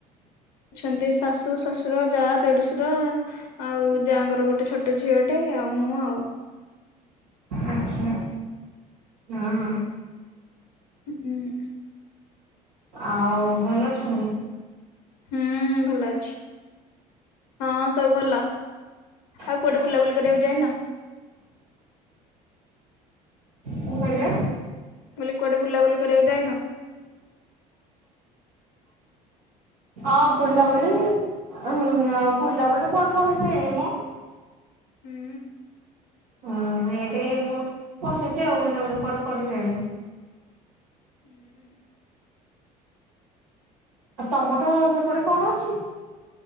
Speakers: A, on the left; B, on the right.
A: ଅଛନ୍ତି ଶାଶୁ ଶଶୁର ଯା ଦେଢଶୁର ଆଉ ଯାଙ୍କର ଗୋଟେ ଛୋଟ ଝିଅ ଗୋଟେ ଆଉ ମୁଁ ଆଉ।
B: ଆଛା। ହୁଁ।
A: ହୁଁ ଉ।
B: ଆଉ ଭଲ ଅଛନ୍ତି?
A: ହୁଁ ଭଲ ଅଛି ହଁ ସବୁ ଭଲ। ଆଉ
B: କଣ
A: କୁଆଡେ ବୁଲାବୁଲି କରିଆକୁ ଯାଇନ?
B: କୋଉ ଭଳିଆ?
A: ମୁଁ କଲି କୁଆଡେ ବୁଲାବୁଲି କରିଆକୁ ଯାଇନ?
B: ହଁ ବୁଲା
A: କଣ?
B: ବୁଲି ହୁଁ ଆଉ ବୁଲାବୁଲି କୁଆଡୁ କରି ଯାଇନି ମ
A: ହୁଁ
B: ହୁଁ ଏଇଟି ମୁଁ ପଶିଛି ଆଉ ବୁଲା ବୁଲି କୁଆଡେ କରି ଯାଇନି।
A: ହୁଁ।
B: ଆ ତମ ତ ସେପଡେ କଣ ଅଛି?